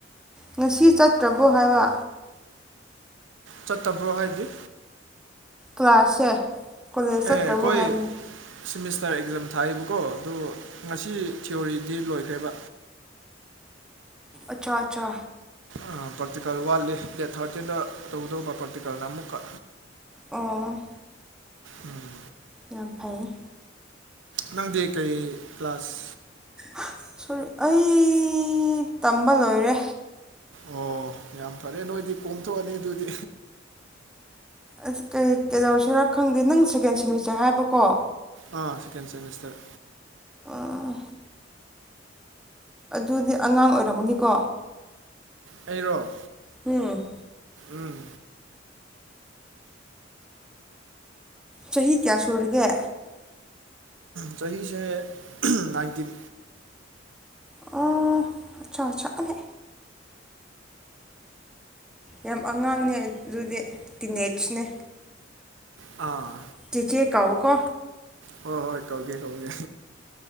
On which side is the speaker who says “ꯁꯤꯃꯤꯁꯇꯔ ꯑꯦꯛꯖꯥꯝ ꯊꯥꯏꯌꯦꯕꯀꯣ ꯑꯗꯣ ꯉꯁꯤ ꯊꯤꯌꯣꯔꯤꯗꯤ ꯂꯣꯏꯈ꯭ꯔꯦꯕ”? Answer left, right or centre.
Right